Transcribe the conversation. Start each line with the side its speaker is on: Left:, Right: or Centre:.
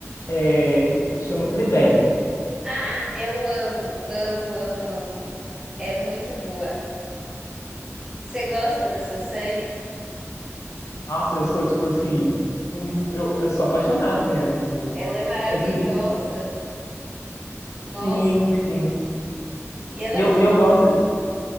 Left: é, chama Fleabag.
Right: Ah, eu amo, amo, amo, amo. É muito boa. Você gosta dessa série?
Left: Nossa, eu sou, tipo assim. um- Eu, eu sou apaixonado nela, assim.
Right: Ela é maravilhosa.
Left: É porque.
Right: Nossa.
Left: Sim, sim.
Right: E ela
Left: E eu,
Right: que
Left: eu gosto.